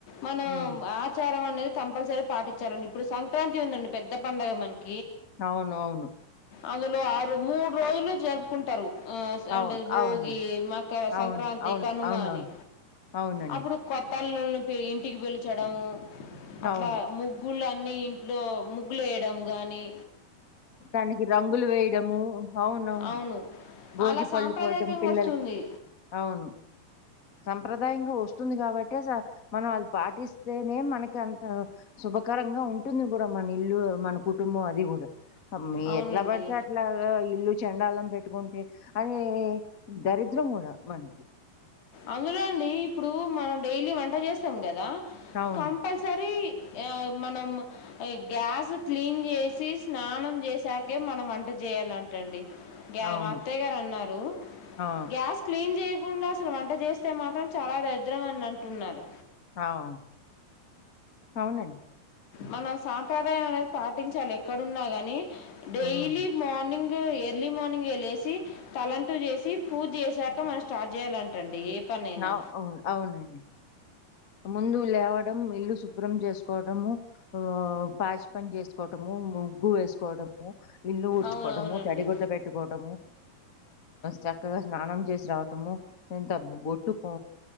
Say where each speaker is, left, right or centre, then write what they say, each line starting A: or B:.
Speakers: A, on the left; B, on the left.
A: మనం
B: ఉమ్,
A: ఆచారం అనేది కంపల్సరీ పాటించాలండి ఇప్పుడు సంక్రాంతి ఉందండి పెద్ద పండగ మనకి
B: అవును అవును
A: అందులో ఆరు మూడు రోజులు జరుపుకుంటారు. ఆ స అండి
B: అవును
A: భోగి
B: అవును
A: మక సంక్
B: అవును అవును
A: కనుమ
B: అవునవును
A: అని
B: అవునండి
A: అప్పుడు కొ అల్లుల్లని ఇంటికి పిలచడం అట్లా
B: అవును
A: ముగ్గుల్ అన్నీ ఇంట్లో ముగ్గులు వేయడం గానీ
B: దానికి రంగులు వేయడము అవునవును,
A: అవును
B: భోగి
A: అలా సాంప్రదాయకంగా
B: పళ్ళు పోయడం పిల్లలకి
A: వస్తుంది
B: అవును సంప్రదాయంగా వస్తుంది కాబట్టి మనం అది పాటిస్తేనే మనకి అంత శుభకరంగా ఉంటుంది కూడా, మన ఇల్లు మన కుటుంబం అది కూడా అమ్ మీ
A: అవునండి
B: ఎట్లా పడితే అట్లా ఇల్లు చెండాలం పెట్టుకుంటే అనే దరిద్రం కూడా మనది
A: అందులో అండి ఇప్పుడు మనం డైలీ వంట చేస్తాం కదా
B: అవును
A: కంపల్సరి హే మనం గ్యాస్ క్లీన్ చేసి స్నానం చేసాకే మనం వంట చేయాలంటండి. గ్యా
B: అవును
A: మా అత్తయ్య గారు అన్నారు
B: ఆ
A: గ్యాస్ క్లీన్ చేయ ఉన్న అసలు వంట చేస్తే మాత్రం చాలా దరిద్రం అన్న అట్టున్నారు
B: అవును అవునండి
A: మనం సాంప్రదాయం అనేది పాటించాలి ఎక్కడున్నా గాని డైలీ
B: ఉమ్
A: మార్నింగ్ ఎర్లీ మార్నింగ్ ఏ లేసి తలంటూ చేసి పూజ చేసాక మనం స్టార్ట్ చేయాలంటండి. పనైనా
B: అ అవును అవునండి ముందు లేవడం ఇల్లు శుభ్రం చేసుకోవటము ఆ పాచి పని చేసుకోవటము ముగ్గు వేసుకోవడము ఇల్లు ఊడ్చుకోవటము
A: అవునవునండి
B: తడిగుద్ద పెట్టుకోవటము చక్కగా స్నానం చేసి రావటము ఎంత బోట్టుకు